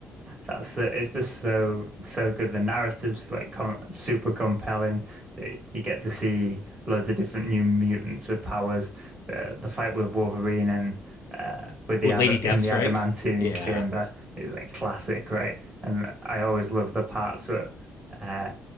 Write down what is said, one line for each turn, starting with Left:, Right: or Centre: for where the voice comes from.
Right: That's the, it's just so so good. The narrative's like com super compelling. That you get to see loads of different new mutants with powers. The the fight with Wolverine and uh, with
Left: Oh,
Right: the
Left: Lady
Right: ad
Left: Deathstrike.
Right: in the adamantium
Left: Yeah.
Right: chamber is like classic, right? And I always love the parts where uh,